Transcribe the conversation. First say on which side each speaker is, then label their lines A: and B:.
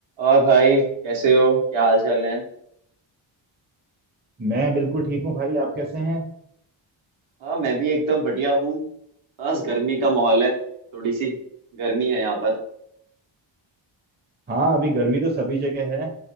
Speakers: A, on the right; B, on the right.
A: और भाई कैसे हो क्या हाल चाल है
B: मैं बिल्कुल ठीक हूँ भाई आप कैसे हैं
A: हाँ मैं भी एकदम बढ़िया हूँ बस गर्मी का माहौल है थोड़ी सी गर्मी है यहाँ पर
B: हाँ अभी गर्मी तो सभी जगह है